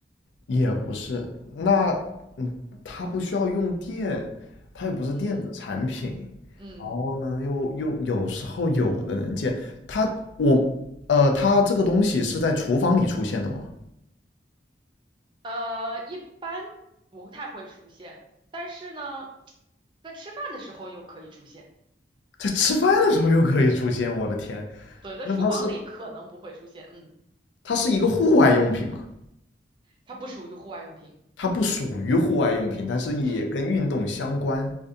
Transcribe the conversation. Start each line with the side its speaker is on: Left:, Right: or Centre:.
Left: 也不是。那，嗯，它不需要用电，它又不是电子产品。
Right: 嗯嗯，
Left: 然后呢，又又有时候有的能见它，我，呃，它这个东西是在厨房里出现的吗？
Right: 呃，一般不太会出现，但是呢，在吃饭的时候又可以出现，
Left: 在吃饭的时候又可以出现，我的天！
Right: 对，在厨房里可能不会出现，
Left: 那它是
Right: 嗯，
Left: 它是一个户外用品吗？
Right: 它不属于户外用品，
Left: 它不属于户外用品，
Right: 嗯
Left: 但是也跟运动相关
Right: 嗯，